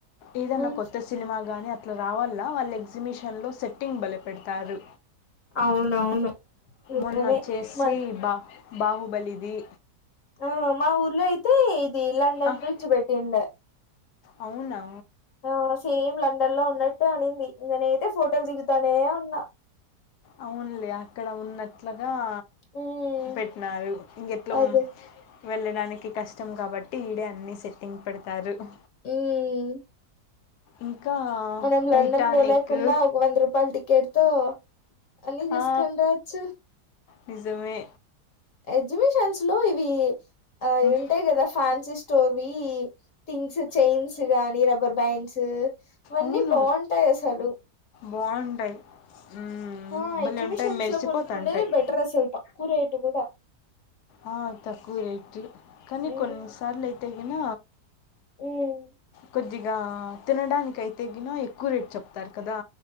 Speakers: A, on the left; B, on the left.
A: ఏదన్నా
B: మ్
A: కొత్త సినిమా గాని. అట్లా రావాల్నా వాళ్ళు ఎగ్జిబిషన్ లో సెట్టింగ్ భలే పెడతారు.
B: అవునవును నిజమే
A: మొన్న వచ్చేసి
B: మన్
A: బా. బాహుబలిది.
B: ఆ మా ఊర్లో అయితే ఇది లండన్
A: ఆహ్,
B: బ్రిడ్జ్ పెట్టి ఉండే.
A: అవునా
B: ఆ సేమ్ లండన్ లో ఉన్నట్టు అనింది ఇంగ నేనైతే ఫోటోలు దిగుతానే ఉన్నా
A: అవున్లే అక్కడ ఉన్నట్ల ఆ
B: మ్మ్
A: పెట్టినారు ఇంగెట్లా
B: అదే
A: వెళ్ళడానికి కష్టం కాబట్టి ఈడే అన్ని సెట్టింగ్ పెడతారు ఈ
B: మ్మ్
A: <inaudible> ఇంకా
B: మనం
A: టైటానిక్కు
B: లండన్ పోలేకున్నా ఒక వంద రూపాయల టికెట్ తో అన్ని చూసుకొని
A: ఆ
B: రావచ్చు
A: నిజమే
B: ఎగ్జిబిషన్స్ లో ఇవి, ఆ
A: ఇంకా
B: ఉంటాయి కదా ఫ్యాన్సీ స్టోరీ వి. ఈ థింగ్స్ చైన్స్ గానీ రబ్బర్ బ్యాండ్స్ అవన్నీ
A: అవును
B: బాగుంటాయి అసలు
A: బాగుంటాయి మ్మ్
B: ఆ
A: భలే
B: ఎగ్జిబిషన్స్
A: ఉంటాయి మెరిసిపోతాంటాయి
B: లో కొనుక్కుండేది బెటర్ అసలు తక్కువ రేటు గూడా
A: ఆ తక్కువ రేట్ కానీ
B: ఉమ్
A: కొన్నిసార్లు అయితే గిన
B: ఉమ్
A: కొద్దిగా తినడానికి అయితే గిన ఎక్కువ రేట్ చెప్తారు కదా